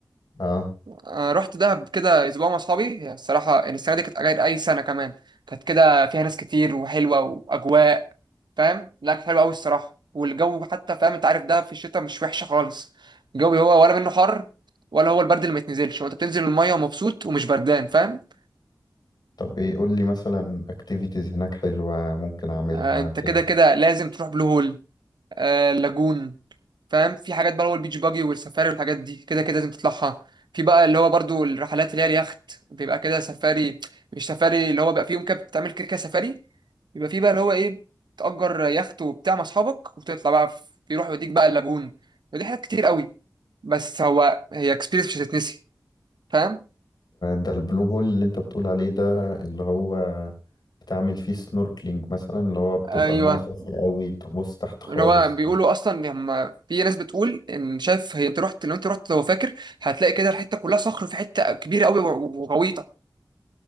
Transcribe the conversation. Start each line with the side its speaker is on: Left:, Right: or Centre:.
Left: آه
Right: آه، رحت دهب كده اسبوع مع اصحابي هي الصراحه يعني السنه دي كانت غير اي سنه كمان كانت كده فيها ناس كتير وحلوه واجواء فاهم لا كانت حلوه قوي الصراحه والجو حتى فاهم انت عارف دهب في الشتاء مش وحشه خالص الجو هو ولا منه حر ولا هو البرد اللي ما يتنزلش هو انت بتنزل الميه ومبسوط ومش بردان فاهم
Left: طب إيه قول لي مثلا أكتيفيتيز هناك حلوة ممكن أعملها
Right: آه، انت
Left: كده
Right: كده كده لازم تروح بلو هول آه اللاجون فاهم في حاجات بقى اللي هو البيتش باجي والسفاري والحاجات دي كده كده لازم تطلعها في بقى اللي هو برضو الرحلات اللي هي اليخت بيبقى كده سفاري مش سفاري اللي هو بقى في يوم كده بتعمل كده كده سفاري يبقى في بقى اللي هو ايه تأجر يخت وبتاع مع اصحابك وتطلع بقى في يروح يوديك بقى اللاجون ودي حاجات كتير قوي بس هو هي اكسبيرينس مش هتتنسي فاهم
Left: ده البلو هول اللي أنت بتقول عليه ده اللي هو بتعمل فيه سنوركلينج مثلا اللي هو بتبقى
Right: ايوه
Left: المايه صافية قوي تبص تحت خالص
Right: ان هو بيقولوا اصلا هم في ناس بتقول ان شايف هي انت رحت لو انت رحت لو فاكر هتلاقي كده الحته كلها صخر في حته كبيره قوي وغويطه